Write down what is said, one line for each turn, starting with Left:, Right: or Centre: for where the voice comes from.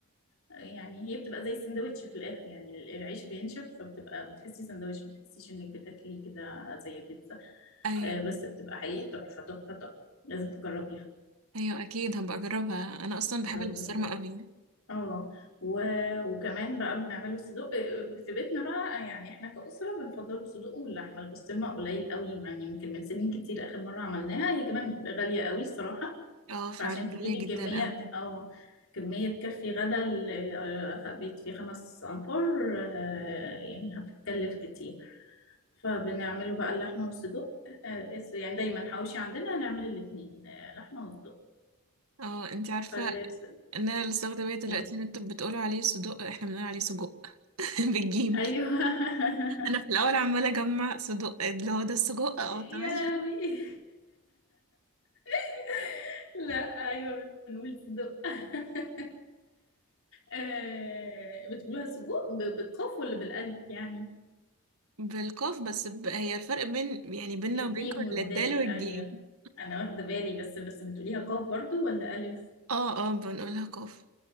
Left: يعني هي بتبقى زي السندوتش في الآخر يعني العيش بينشف فبتبقى بتحسي سندوتش ما تحسيش انك بتاكلي كده زي البيتزا
Right: ايوه
Left: آه، بس بتبقى حقيقي تحفة تحفة تحفة لازم تجربيها
Right: ايوه اكيد هبقى اجربها انا اصلا بحب
Left: جربيها
Right: البسطرمة
Left: و-
Right: قوي
Left: اه و- وكمان بقى بنعمله صدوق آه، في بيتنا بقى يعني احنا كأسرة بنفضلوا الصدوق واللحمة البسطرمة قليل قوي يعني يمكن من سنين كتير آخر مرة عملناها هي كمان غالية قوي الصراحة
Right: اه فعلا
Left: فعشان تجيبي
Right: غالية جدا
Left: كمية
Right: قوي
Left: اه كمية تكفي غدا ال- آه، بيت فيه خمس أنفار آه، يعني هتتكلف كتير فبنعمله بقى اللحمة والصدوق آه، يعني دايما حواوشي عندنا هنعمل الاتنين آه، لحمة وصدوق
Right: اه انتي عارفة
Left: فلاس
Right: ان انا لسه واخدة بالي دلوقتي
Left: ايه
Right: ان انتوا بتقولوا عليه صدق احنا بنقول عليه سجق <laughs> بالجيم
Left: ايوه <laughs>
Right: انا في الاول عماله اجمع صدق اللي هو ده السجق اه تمام
Left: يا لهوي <laughs> لا ايوه بنقول صدق <laughs> آه بتقولوها سجق ب- بالقاف ولا بالالف يعني
Right: بالقاف بس ب... هي الفرق بين يعني بيننا
Left: الجيم
Right: وبينكم
Left: والدال
Right: اللي الدال والجيم
Left: ايوه انا واخده بالي بس بس بتقوليها قاف برضو ولا الف
Right: اه اه بنقولها قاف